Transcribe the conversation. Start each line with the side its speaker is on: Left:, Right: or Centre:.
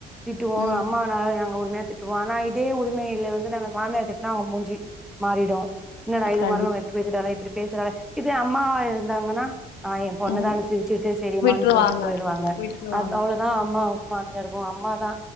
Centre: திட்டுவோ
Left: ம்
Centre: அம்மாநானு எங்க உரிமையா திட் திட்டுவோ ஆனா இதே உரிமையில வந்து நாங்க மாமியார் திட்டுனா அவுங்க மூஞ்சி மாறிடு இன்னடா இது
Left: கண்டிப்
Centre: மருமக பேசிடாலே இப்டி பேசுறாலே இதோ அம்மாவா இருந்தாங்கன்னா என் பொண்ணு
Left: ம்
Centre: தானு சிரிச்சுட்டு சேரிமான்னு
Left: விட்ருவாங்க
Centre: சொல்லிட்டு போயிடுவாங்க
Left: விட்ருவாங்க
Centre: அவ்வளவுதா அ அம்மா மாமியாருக்கே அம்மா தா